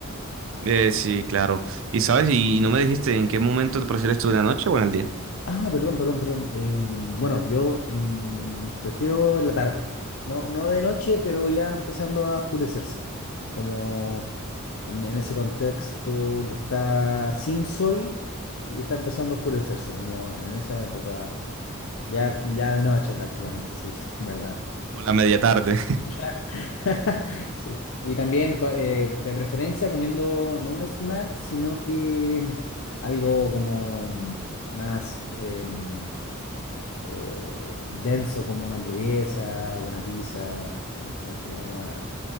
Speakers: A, on the right; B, on the left.
A: Eh, sí, claro. ¿Y sabes? Y, no me dijiste en qué momento te prefieres tú en la noche o en el día.
B: Ah, perdón, perdón, perdón. Em, bueno, yo em, prefiero en la tarde. No, no de noche, pero ya empezando a oscurecerse. Como en, en ese contexto que está sin sol y está empezando a oscurecerse, como en esa época, ya, ya de noche prácticamente, sí, sí, en verdad.
A: Como la media tarde.
B: <laughs> <laughs> Sí, y también co- eh, de preferencia comiendo no un snack, sino que algo como más em, eh, denso, como una hamburguesa, una pizza, ¿me entendés? Como algo más,